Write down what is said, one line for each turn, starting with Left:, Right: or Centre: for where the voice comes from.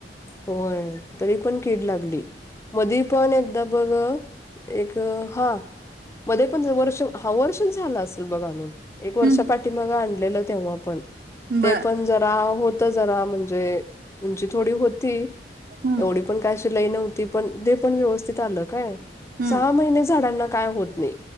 Left: हो तरी पण कीड लागली मधी पण एकदा बघ एक हा मध्ये पण वर्ष हा वर्षच झाला असेल बघ आणून एक वर्ष
Right: हम्म
Left: पाठी मग आणलेलं तेव्हा पण
Right: बर
Left: ते पण जरा हो जरा म्हणजे उंची थोडी होती
Right: हम्म
Left: एवढी पण कायशी लय नव्हती पण ते पण व्यवस्थित आलं काय
Right: हम्म
Left: सहा महिने झाडांना काय होत नाही